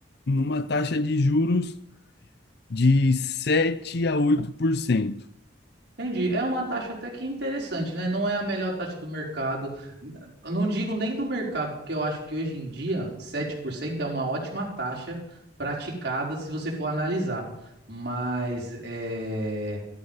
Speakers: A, on the left; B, on the right.
A: numa taxa de juros de sete a oito por cento
B: Entendi. É uma taxa até que interessante, né? Não é a melhor taxa do mercado. Eu não digo nem do mercado, porque eu acho que hoje em dia 7% é uma ótima taxa praticada se você for analisar. Mas é